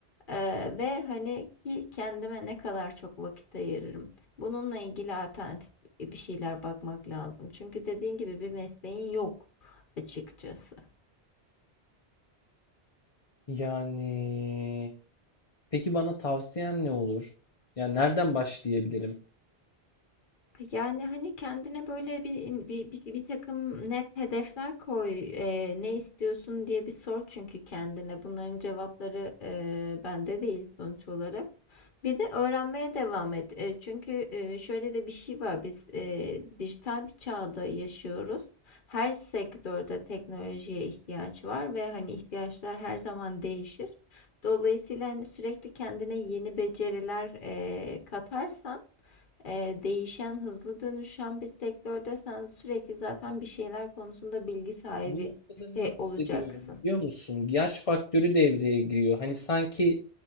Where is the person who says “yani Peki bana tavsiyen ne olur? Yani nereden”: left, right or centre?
Left